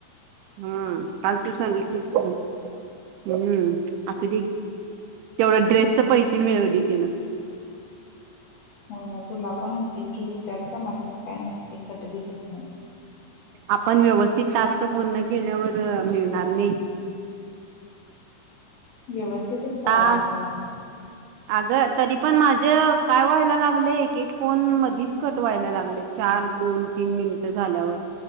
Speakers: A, on the right; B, on the left.
A: हा काल तू सांगितलीच की. हम्म आता तेवढं ड्रेसच पैसे मिळवले तिनं
B: हो तुला पण होतील की हो त्यांचा मातस काय नसते कटबीट होत नाही.
A: आपण व्यवस्थित टास्क पूर्ण केल्यावर मिळणार नाही.
B: व्यवस्थितच करायलोय
A: आ
B: कि मग
A: अगं तरी पण माझं. काय व्हायला लागलं एक एक फोन मधीच कटवायला लागल्या चार, दोन, तीन मिनिटं झाल्यावर